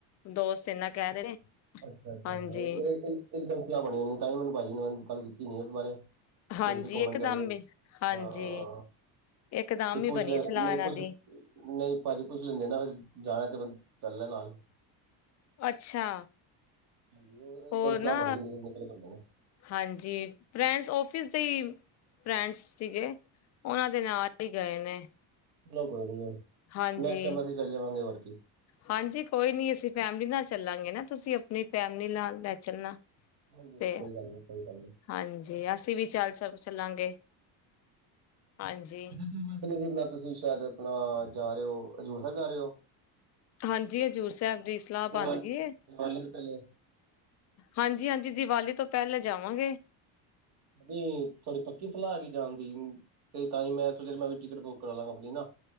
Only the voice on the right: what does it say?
ਅੱਛਾ-ਅੱਛਾ,
ਓਹੀ ਇੱਕ ਇੱਕਦਮ ਸਲਾਹ ਬਣੀ ਹੋਣੀ ਤਾਂ ਹੀ ਮੈਨੂੰ ਭਾਜੀ ਨੇ ਗੱਲ ਕੀਤੀ ਨੀ ਇਸ ਬਾਰੇ,
ਵੀ ਅਸੀਂ ਘੁੰਮਣ
ਜਾ <unintelligible> ਹਾਂ।
ਕਿ
ਪੁੱਛ
ਲੈ,
ਨਹੀਂ
ਪੁੱਛ,
ਨਹੀਂ ਭਾਜੀ ਪੁੱਛ ਲੈਂਦੇ ਨਾ, ਫਿਰ ਜਾਣਾ ਤੇ ਬੰ ਚੱਲੇ ਨਾਲ।
ਹਾਂਜੀ ਉਹ ਇੱਕਦਮ
ਸਲਾਹ
ਬਣ ਗਈ ਹੋਣੀ, ਫਿਰ ਨਿਕਲ ਬੰਦੇ ਨੇ
ਚਲੋ ਕੋਈ ਨੀ।
ਨੈਕਸਟ ਟਾਈਮ ਅਸੀਂ ਚੱਲ ਜਾਵਾਂਗੇ ਹੋਰ ਕੀ
ਹਾਂਜੀ ਹਾਂਜੀ
ਕੋਈ ਗੱਲ ਨੀ ਕੋਈ ਗੱਲ ਨੀ
ਅੱਛਾ ਤੁਸੀਂ ਕਿੰਨੇ ਦਿਨ ਬਾਅਦ ਤੁਸੀਂ ਸ਼ਾਇਦ ਆਪਣਾ ਜਾ ਰਹੇ ਹੋ, ਹਜ਼ੂਰ ਸਾਹਿਬ ਜਾ ਰਹੇ ਹੋ?
ਦੀਵਾਲੀ
ਦੀਵਾਲੀ ਤੋਂ ਪਹਿਲੇ
ਜੀ, ਤੁਹਾਡੀ ਪੱਕੀ ਸਲਾਹ ਹੈਗੀ ਜਾਣ ਦੀ? ਤੇ ਤਾਂ ਹੀ ਮੈਂ <unintelligible> ਮੈਂ ਵੀ ਟਿਕਟ ਬੁੱਕ ਕਰ ਲਾਂਗਾ ਆਪਣੀ ਨਾ।